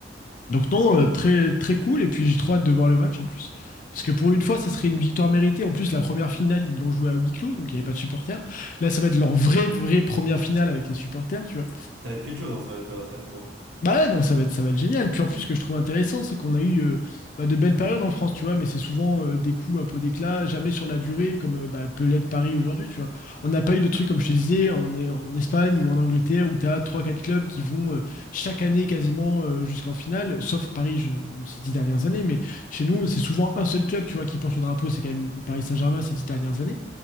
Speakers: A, on the left (about 45°); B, on the right (about 85°).
A: donc non, euh, très, très cool. Et puis j'ai trop hâte de voir le match en plus. Parce que pour une fois, ça serait une victoire méritée. En plus, la première finale, ils l'ont joué à huis clos, donc il n'y avait pas de supporters. Là, ça va être leur vraie, vraie première finale avec les supporters, tu vois.
B: ça va être quelque chose, hein, ça va être, euh, ça va être fou. hein.
A: Bah ouais, non, ça va être, ça va être génial. Puis en plus, ce que je trouve intéressant, c'est qu'on a eu euh, bah, de belles périodes en France, tu vois, mais c'est souvent euh, des coups un peu d'éclat, jamais sur la durée, comme euh, bah, peut l'être Paris aujourd'hui, tu vois. On n'a pas eu de trucs, comme je te disais, en, E, en Espagne ou en Angleterre, où tu as 3-4 clubs qui vont euh, chaque année quasiment euh, jusqu'en finale, sauf Paris je- ces 10 dernières années, mais chez nous, c'est souvent un seul club, tu vois, qui porte le drapeau, c'est quand même Paris Saint-Germain ces 10 dernières années.